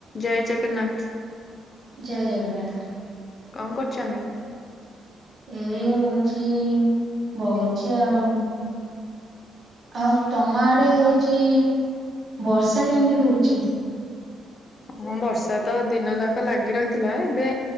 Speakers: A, on the left; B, on the right.
A: ଜୟ ଜଗନ୍ନାଥ
B: ଜୟ ଜଗନ୍ନାଥ
A: କଣ କରୁଛନ୍ତି
B: ଏଇ ହଉଛି ବହିଛି ଆଉ ଆଉ ତମ ଆଡେ ହଉଛି ବର୍ଷା କେମିତି ହଉଛି
A: ହଁ ବର୍ଷା ତ ଦିନ ଯାକ ଲାଗି ରହିଥିଲା ଏବେ